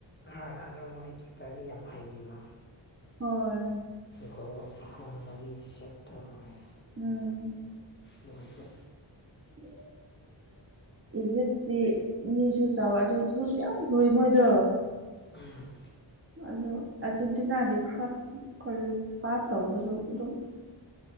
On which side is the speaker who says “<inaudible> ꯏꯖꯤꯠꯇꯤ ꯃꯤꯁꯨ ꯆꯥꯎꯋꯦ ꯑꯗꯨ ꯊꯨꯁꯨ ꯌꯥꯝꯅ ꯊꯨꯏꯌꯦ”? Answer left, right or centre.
Right